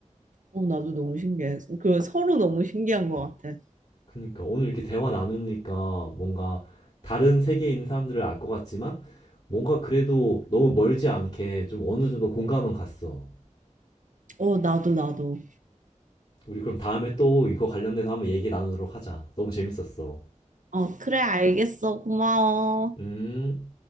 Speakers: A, on the right; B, on the left.
A: 어, 나도 너무 신기해. 그 서로 너무 신기한 것 같아.
B: 그니까 오늘 이렇게 대화 나누니까 뭔가 다른 세계에 있는 사람들을 알 것 같지만 뭔가 그래도 너무 멀지 않게 좀 어느 정도 공감은 갔어.
A: 어, 나도, 나도.
B: 우리 그럼 다음에 또 이거 관련돼서 한번 얘기 나누도록 하자. 너무 재밌었어.
A: 어, 그래, 알겠어. 고마워.
B: 음.